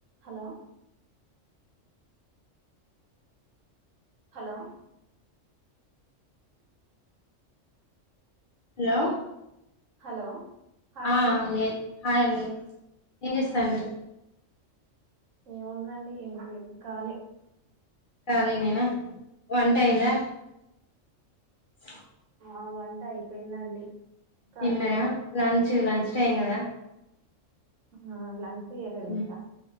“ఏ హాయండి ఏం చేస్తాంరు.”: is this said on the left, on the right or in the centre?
Left